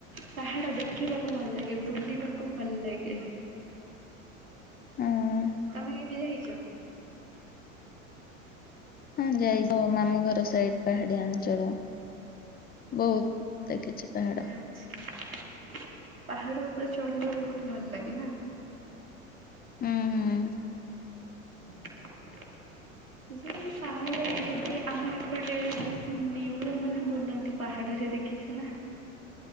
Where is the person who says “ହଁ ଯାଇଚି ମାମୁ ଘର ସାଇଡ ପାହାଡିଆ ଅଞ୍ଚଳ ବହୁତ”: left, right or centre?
Left